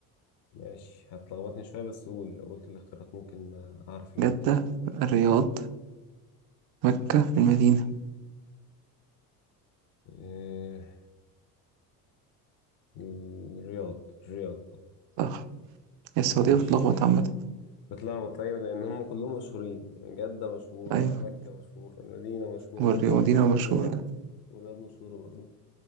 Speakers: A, on the left; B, on the right.
A: ماشي هتلخبطني شوية بس قول لو قلت الاختيارات ممكن أعرف أجيب
B: جدة الرياض مكة المدينة
A: آه، الرياض الرياض آه،
B: صح هي السعودية
A: ماشي
B: بتلخبط عامة
A: بتلخبط أيوة لأن هم كلهم مشهورين جدة مشهورة
B: أيوة
A: مكة مشهورة المدينة مشهورة
B: والرياض
A: كلهم
B: مدينة
A: كلهم
B: مشهورة
A: زي بعض والرياض مشهورة برضه